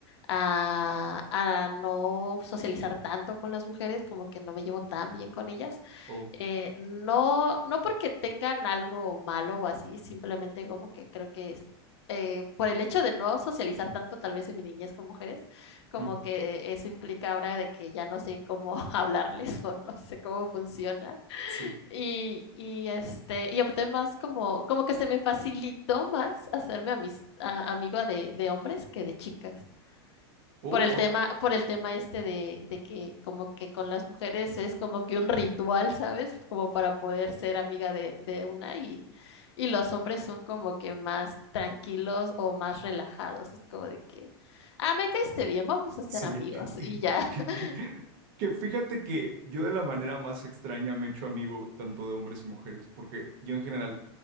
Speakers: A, on the left; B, on the right.
A: a, a no socializar tanto con las mujeres, como que no me llevo tan bien con ellas.
B: Oh,
A: Eh, no, no porque tengan algo malo o así, simplemente como que creo que es, eh, por el hecho de no socializar tanto, tal vez en mi niñez con mujeres, como
B: ujú,
A: que eso implica ahora de que ya no sé cómo <laughs> hablarles o no sé cómo funciona.
B: sí.
A: Y, y, este, y opté más como, como que se me facilitó más hacerme amis- a- amiga de, de hombres que de chicas.
B: Oh,
A: Por el tema,
B: oh,
A: por el tema este de, de que como que con las mujeres es como que un ritual, ¿sabes? Como para poder ser amiga de, de una y, y los hombres son como que más tranquilos o más relajados. Es como de que, ah, me caíste bien, vamos a ser
B: sí.
A: amigos y ya. <laughs>
B: <laughs> Que fíjate que yo de la manera más extraña me he hecho amigo tanto de hombres y mujeres, porque yo en general,